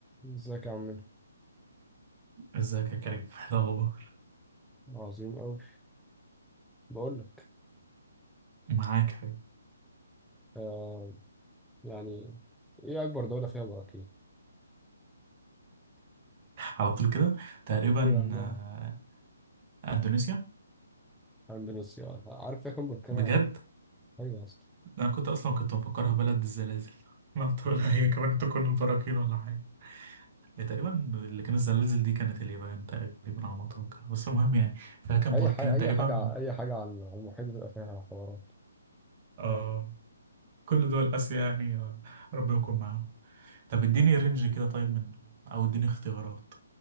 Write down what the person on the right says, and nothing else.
ازيك يا كريم <laughs> إيه الاخبار
معاك يا حبيبي <laughs>
على طول كده تقريبا
آه، اندونيسيا
بجد
انا كنت اصلا كنت مفكرها بلد الزلازل <laughs> ما تقول هي كمان تكون البراكين ولا حاجه هي تقريبا اللي كان الزلازل دي كانت اليابان تقريبا على ما اتوقع بس المهم يعني فيها كان
بركان
تقريبا
آه كل دول اسيا يعني آه ربنا يكون معاهم طب اديني رينج كده طيب من او اديني اختيارات